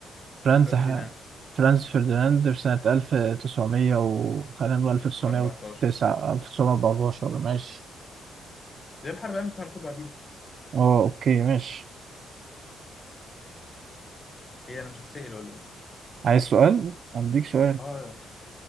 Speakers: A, on the right; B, on the left.
A: فرانز
B: فرديناند
A: فرانز فرديناند في سنة ألف تسعمية و خلينا نقول ألف تسعمية
B: 14
A: وتسعة ألف تسعمية وأربعتاشر ماشي
B: ليه الحرب قامت على طول بعدين
A: اه أوكي ماشي
B: ايه انا مش هتسأل ولا ايه
A: عايز سؤال؟ أديك سؤال
B: اه يا